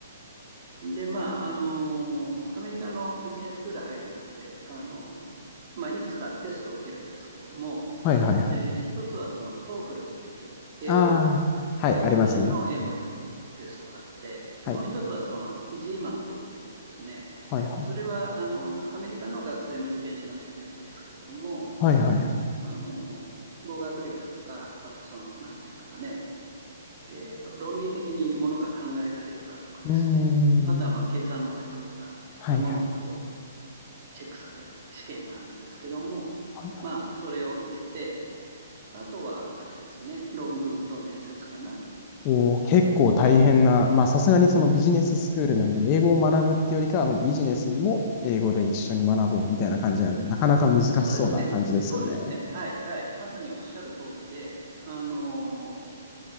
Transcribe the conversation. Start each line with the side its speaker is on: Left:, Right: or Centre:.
Right: で、まあ、あの、アメリカのビジネススクール入るのって、あの、まあ、いくつかテストを受けるんですけども、
Left: はいはいはい。
Right: で、一つはその TOEFL っていう英語力を、
Left: ああ、はい、
Right: 外国人の英語力を見るテストがあって、
Left: ありますね。
Right: で、
Left: はい。
Right: もう一つはその GMAT っていうですね、
Left: はいはい。
Right: それはあのアメリカの学生も受験しなくちゃいけないんですけれども、
Left: はいはいはい。
Right: あの語学力とか、あとその、なんていうんですかね、えーと、論理的にものが考えられるかとかですね、
Left: うーん。
Right: あとはまあ計算能力とか、
Left: はいはい。
Right: そういうものをこうチェックされる試験があるんですけども、
Left: はいはい
Right: まあ、それを受けて、あとはあれですね、論文と面接かな。
Left: おー結構大変な、
Right: うん。
Left: まあさすがにそのビジネススクールなんで、英語を学ぶってよりかはもうビジネスも英語で一緒に学ぼうみたいな感じなんで、なかなか難しそうな感じですよね。
Right: そうですね。そうですね。はい、はい。まさにおっしゃる通りで、あのー